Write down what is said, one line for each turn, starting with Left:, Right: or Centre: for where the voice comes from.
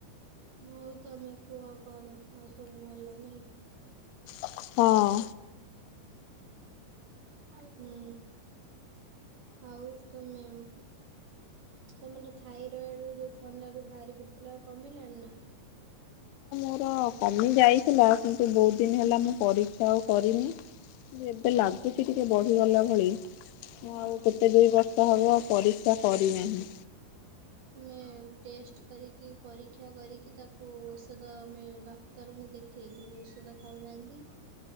Right: ହଉ ତମେ କୁହ କଣ ଆଉ ସବୁ ଭଲ ନାଇଁ କି?
Left: ହଁ।
Right: ହୁଁ ଆଉ ତମେ ତମର ଥାଇରଏଡ ଯୋଉ ଥଣ୍ଡ ରୁ ବାହାରି ପଡିଥିଲା କମିଲଣିି ନା
Left: ହଁ କମି ଯାଇଥିଲ କିନ୍ତୁ ବହୁତ ଦିନ ହେଲା ମୁଁ ପରୀକ୍ଷା ଆଉ କରିନି। ଏବେ
Right: ହଁ।
Left: ଲାଗୁଛି ଟିକେ ବଢିଗଲା ଭଳି ମୁଁ
Right: ହଁ।
Left: ଆଉ କେତେ ଦୁଇ ବର୍ଷ ହବ । ପରୀକ୍ଷା କରିନାହିଁ।
Right: ତମେ ଟେଷ୍ଟ କରିକି ପରୀକ୍ଷା କରିକି ତାକୁ ଔଷଧ ଆମେ ଡାକ୍ତରଙ୍କୁ ଦେଖେଇକି ଔଷଧ ଖାଉନାହାନ୍ତି।